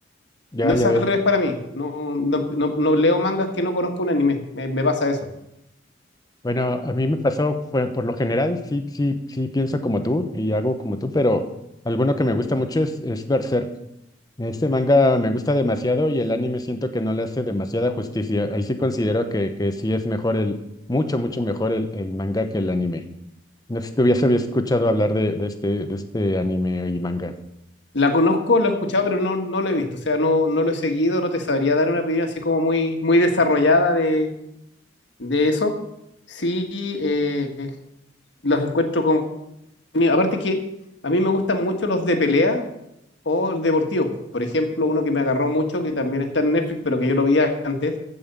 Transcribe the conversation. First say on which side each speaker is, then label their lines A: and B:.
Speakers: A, on the left (about 20°); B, on the left (about 70°).
A: Ya,
B: No es
A: ya
B: al
A: veo.
B: revés para mí. No, no, no- no leo mangas que no conozco un anime. Me, me pasa eso.
A: Bueno, a mí me pasó, pues, por lo general, sí, sí, sí pienso como tú y hago como tú, pero alguno que me gusta mucho es, es Berserk. Este manga me gusta demasiado y el anime siento que no le hace demasiada justicia. Ahí sí considero que, que sí es mejor el, mucho, mucho mejor el, el manga que el anime. No sé si tú ya se había escuchado hablar de, de este, de este anime y manga.
B: La conozco, lo he escuchado, pero no, no lo he visto. O sea, no, no lo he seguido, no te sabría dar una opinión así como muy, muy desarrollada de, de eso. Sí, eh, los encuentro con... Aparte que a mí me gustan mucho los de pelea o deportivos. Por ejemplo, uno que me agarró mucho, que también está en Netflix, pero que yo lo vi antes,